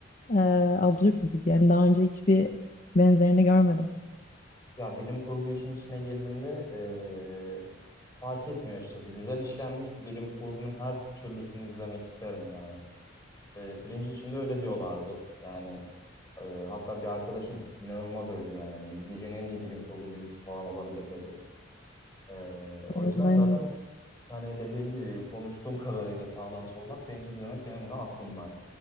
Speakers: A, on the left; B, on the left.
A: e, absürt bir dizi. Yani daha önce hiçbir benzerini görmedim.
B: Ya bilim kurgu işin içine girdiğinde eee, fark etmiyor açıkçası. Güzel işlenmiş bilim kurgunun her türlüsünü izlemek isterim yani. Eee Fringe için de öyle diyorlardı. Yani eee, hatta bir arkadaşım inanılmaz övdü yani. Hani izleyeceğin en iyi bilim kurgu dizisi falan olabilir dedi. Eee, o
A: Aynen.
B: yüzden
A: aynen.
B: zaten hani dediğim gibi konuştuğum <laughs> kadarıyla sağdan soldan Fringe izlemek benim de aklımda.